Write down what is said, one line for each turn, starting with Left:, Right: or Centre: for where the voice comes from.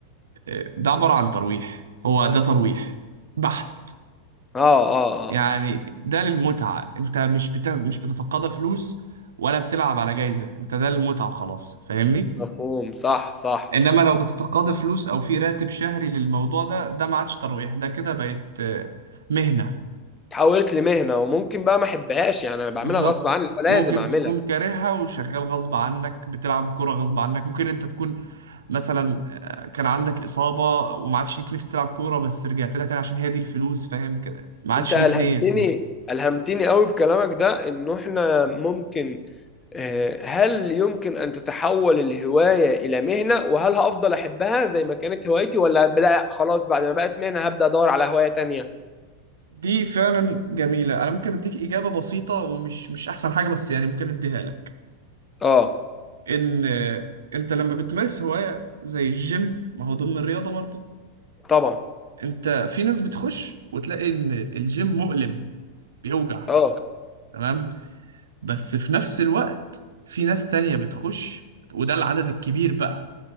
Right: آه، ده عبارة عن ترويح هو ده ترويح بحت
Left: اه اه
Right: يعني
Left: اه
Right: ده للمتعة أنت مش بت... مش بتتقاضى فلوس ولا بتلعب على جايزة أنت ده للمتعة وخلاص فاهمني؟
Left: مفهوم صح صح
Right: إنما لو بتتقاضى فلوس أو في راتب شهري للموضوع ده ده ما عادش ترويح ده كده بقت آه، مهنة
Left: اتحولت لمهنه وممكن بقى ما احبهاش يعني انا بعملها
Right: بالظبط
Left: غصب عني لازم
Right: ممكن
Left: اعملها
Right: تكون كارهها وشغال غصب عنك بتلعب كورة غصب عنك ممكن انت تكون مثلا آه، كان عندك إصابة وما عادش ليك نفس تلعب كورة بس رجعت لها تاني عشان هي دي الفلوس فاهم كده ما عادش
Left: انت الهمتني
Right: ليك نية المتعة
Left: الهمتني قوي بكلامك ده انه احنا ممكن آه، هل يمكن ان تتحول الهوايه الى مهنه وهل هفضل احبها زي ما كانت هوايتي ولا لا خلاص بعد ما بقت مهنه هبدا ادور على هوايه تانية
Right: دي فعلا جميلة انا ممكن اديك إجابة بسيطة ومش مش احسن حاجة بس يعني ممكن اديها لك
Left: اه
Right: ان آه، انت لما بتمارس هواية زي الجيم ما هو ضمن الرياضة برضه
Left: طبعا
Right: انت في ناس بتخش وتلاقي ان الجيم مؤلم بيوجع
Left: اه
Right: تمام بس في نفس الوقت في ناس تانية بتخش وده العدد الكبير بقى